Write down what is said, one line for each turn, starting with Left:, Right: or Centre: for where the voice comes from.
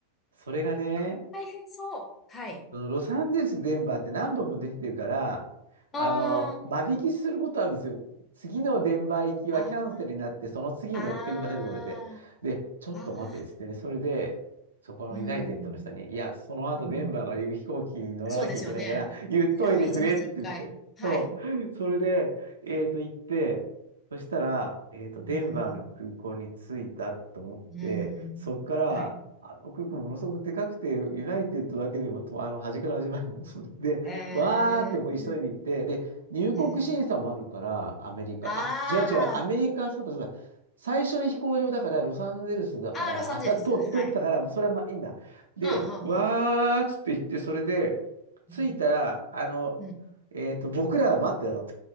Right: それがね、
Left: 構大変そう。はい。
Right: そのロサンゼルス、デンバーって何本も出てるから、あの、
Left: あー
Right: 間引きすることあるんですよ。次のデンバー行きはキャンセルになって、
Left: あー、
Right: その次に乗ってくださいと言われて。
Left: あ
Right: で、ちょっと待てっつってね、
Left: ーあ
Right: それで、そこのユナイテッドの人に、
Left: ー、うん。
Right: いや、その後デンバーから行く飛行機に乗らなきゃいけないから、
Left: うんそうですよね。
Right: 言っといてくれって言って。
Left: しかも一日一回。はい。
Right: そう。それで、えっと、行って、そしたら、えっと、デンバーの空港に着いたと思って、
Left: うん。うん。
Right: そこから、
Left: はい。
Right: あの空港ものすごくでかくて、ユナイテッドだけでもと、あの、端から端までものすごく <laughs> で、
Left: えー、
Right: わーってもう急いで行って、で、入国審査もあるから、
Left: ねえ。
Right: アメリカ。
Left: あ
Right: あ、違う違う、アメリカ、そうだそうだ。最初に飛行場だから、ロサンゼルスだから、
Left: あ、ああ、ロサンゼルス。
Right: あ、それは通通ったから、
Left: はい。
Right: それはまあいいんだ。で、
Left: ああ、はあ、
Right: わーっつって言って、
Left: はあ。
Right: それで、着いたら、
Left: うん。
Right: あの、
Left: うん。
Right: えっと、僕らは待ってたの。